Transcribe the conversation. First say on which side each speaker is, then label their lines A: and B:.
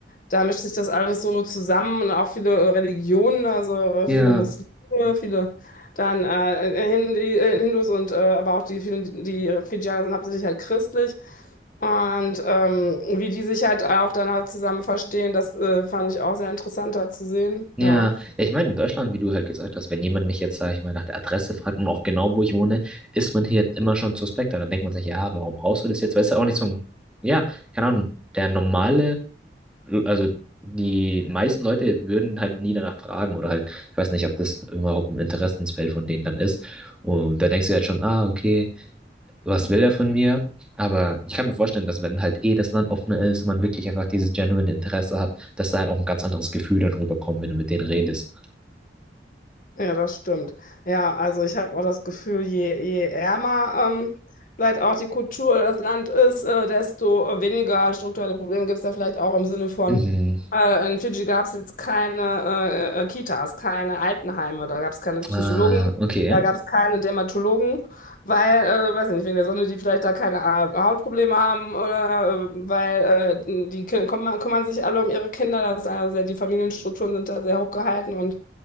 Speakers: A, on the left; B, in the centre.
A: da mischt sich das alles so zusammen und auch viele äh, Religionen, also äh,
B: Ja.
A: viele Muslime, viele dann äh, Hindi, äh, Hindus und äh, aber auch die vielen, die Fidschaner sind hauptsächlich halt christlich. Und ähm, wie die sich halt auch dann halt zusammen verstehen, das äh, fand ich auch sehr interessant da zu sehen.
B: Ja,
A: Ja.
B: ja, ich meine, in Deutschland, wie du halt gesagt hast, wenn jemand mich jetzt, sag ich mal, nach der Adresse fragt und auch genau, wo ich wohne, ist man hier immer schon suspekter. Dann denkt man sich, ja, warum brauchst du das jetzt? Weißt du, auch nicht so ein, ja, keine Ahnung, der normale, also die meisten Leute würden halt nie danach fragen oder halt, ich weiß nicht, ob das überhaupt ein Interessensfeld von denen dann ist. Und da denkst du halt schon, ah, okay. was will er von mir? Aber ich kann mir vorstellen, dass wenn halt eh das Land offener ist und man wirklich einfach dieses genuine Interesse hat, dass da halt auch ein ganz anderes Gefühl dann rüberkommt, wenn du mit denen redest.
A: Ja, das stimmt. Ja, also ich habe auch das Gefühl, je, je ärmer ähm, vielleicht auch die Kultur oder das Land ist, äh, desto äh, weniger strukturelle Probleme gibt es da vielleicht auch im Sinne von,
B: Mhm.
A: äh, in Fidschi gab es jetzt keine äh, äh, Kitas, keine Altenheime, da gab es keine Psychologen,
B: Ah, okay.
A: da gab es keine Dermatologen, weil, äh, weiß nicht, wegen der Sonne, die vielleicht da keine äh, Hautprobleme haben oder äh, weil äh, die Kinder kümmern, kümmern sich alle um ihre Kinder, das ist eine sehr, die Familienstrukturen sind da sehr hochgehalten und